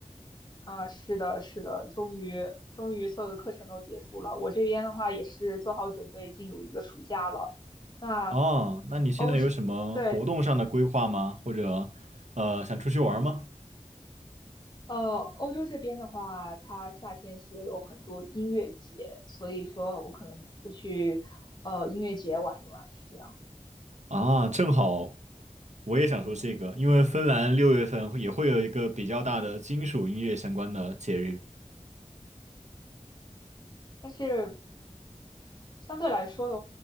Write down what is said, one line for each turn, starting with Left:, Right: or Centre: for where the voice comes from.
Left: 啊，是的，是的，终于终于所有的课程都结束了。我这边的话也是做好准备进入一个暑假了。那
Right: 哦，那你现在有什么活动上的规划吗？
Left: 欧洲，对，
Right: 或者，呃，想出去玩吗？
Left: 呃，欧洲这边的话，它夏天是有很多音乐节，所以说我可能出去呃音乐节玩一玩，是这样。
Right: 啊，正好我也想说这个，
Left: 嗯，
Right: 因为芬兰六月份会也会有一个比较大的金属音乐相关的节日。
Left: 但是相对来说